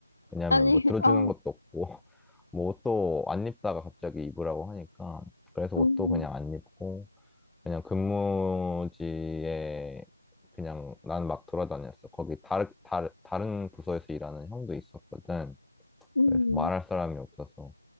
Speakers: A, in the centre; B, on the left.
A: 왜냐면
B: 아니,
A: 뭐 들어주는
B: 어,
A: 것도 없고 <laughs> 뭐 옷도 안 입다가 갑자기 입으라고 하니까. 그래서
B: 음,
A: 옷도 그냥 안 입고 그냥 근무지에 그냥 난 막 돌아다녔어. 거기 다른, 다른, 다른 부서에서 일하는 형도 있었거든.
B: 음,
A: 그래서 말할 사람이 없어서